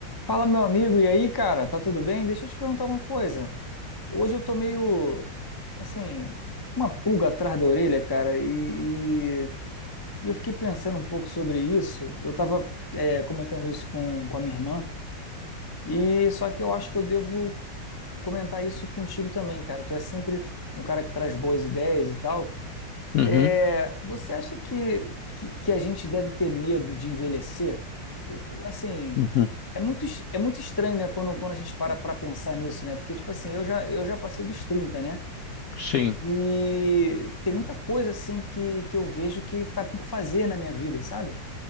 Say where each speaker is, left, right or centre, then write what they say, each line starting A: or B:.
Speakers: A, on the left; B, on the left.
A: Fala, meu amigo, e aí, cara, tá tudo bem? Deixa eu te perguntar uma coisa. Hoje eu tô meio, assim, uma pulga atrás da orelha, cara, e, e- e eu fiquei pensando um pouco sobre isso. Eu tava, é, comentando isso com, com a minha irmã, e só que eu acho que eu devo comentar isso contigo também, cara. Tu é sempre um cara que traz boas ideias e tal.
B: Uhum,
A: É, você acha que, que, que a gente deve ter medo de envelhecer? O- o- Assim,
B: uhum,
A: é muito, es- é muito estranho, né, quando, quando a gente para para pensar nisso, né? Porque, tipo assim, eu já, eu já passei dos trinta né?
B: sim.
A: E tem muita coisa, assim, que, que eu vejo que tá por fazer na minha vida, sabe?